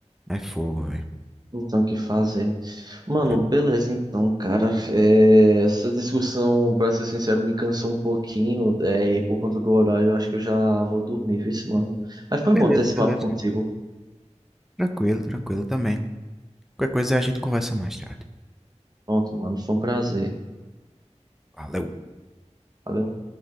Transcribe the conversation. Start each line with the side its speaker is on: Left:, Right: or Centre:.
Centre: é, é fogo, velho.
Right: Então, o que fazem? Mano,
Centre: É.
Right: beleza, então, cara. É, essa discussão, pra ser sincero, me cansou um pouquinho. É, e por conta do horário, eu acho que eu já vou dormir, viu, esse mano? Mas foi
Centre: Beleza,
Right: bom ter esse
Centre: beleza.
Right: papo contigo.
Centre: Tranquilo, tranquilo também. Qualquer coisa a gente conversa mais tarde.
Right: Pronto, mano. Foi um prazer.
Centre: Valeu!
Right: Valeu.